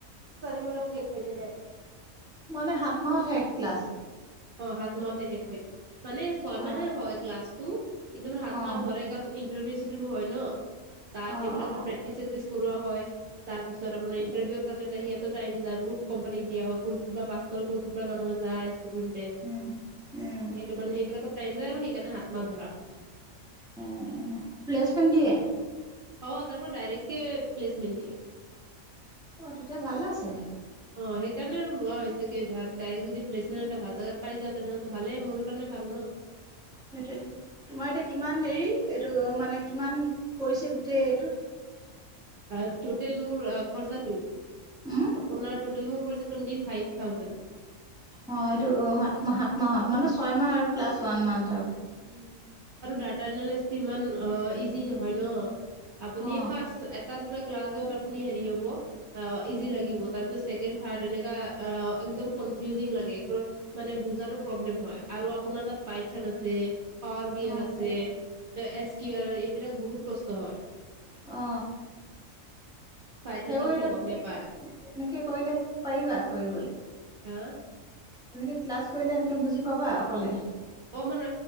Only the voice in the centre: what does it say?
মানে সাত মাহত শেষ ক্লাছ।
অ'
অ'
অ'
অ'
উম উম।
এহ', এহ', প্লেচমেণ্ট দিয়ে।
অ', তেতিয়া ভালে আছে।
সেইটোৱে, তোমাৰ এতিয়া কিমান হেৰি এইটো মানে কিমান পৰিছে গোটেই এইটোত।
উম
অ এইটো সাতাহ সাত মাহত মানে ছয় মাহ আৰু প্লাছ ওৱান মান্
অ
অ
অ
সেইবোৰ
যেনেকে
কৰিলে পাৰিবা কৰিবলে।
এনেকে ক্লাছ কৰিলে এনেকে বুজি পাবা অকলে।